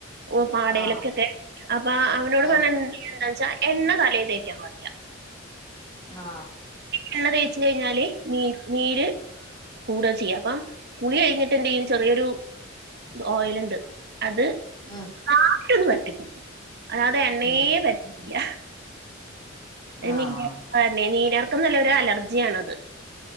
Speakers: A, on the right; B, on the left.
A: ഓ പാടയിലൊക്കൊക്കെ
B: ആഹ്
A: അപ്പൊ അവനോട്
B: ആഹ്
A: പറഞ്ഞ എന്താച്ചാ എണ്ണ തലെ തേക്കാൻ പാടില്ല
B: ആ
A: എണ്ണ തേച്ച് കഴിഞ്ഞാല് നീ നീര് കൂട ചെയ്യുക അപ്പം കുളി കഴിഞ്ഞിട്ട് എന്തേയ്യ്യും ചെറിയൊരു ഓയിൽ ണ്ട് അത്
B: ഉം
A: <unintelligible> ക്കണം അല്ലാതെ എണ്ണയെ
B: ഉം
A: പറ്റത്തില്ല
B: ആഹ്
A: നീന്നെ നീരെർക്കും നല്ലൊരു അലർജിയ ആണത്